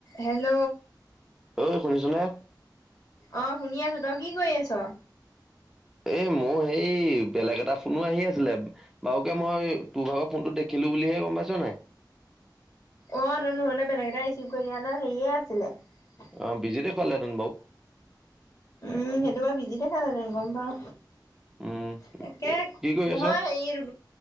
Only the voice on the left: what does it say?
Hello
অ শুনি আছোঁ। তই কি কৰি আছ?
অ ত নহলে বেলেগ এটা ৰিচিভ কৰি দিয়া সেয়ে আছিলে।
উম সেইটোৱে বিজি দেখা মানে গম পাওঁ।
তাকে
নহয়
এই ৰা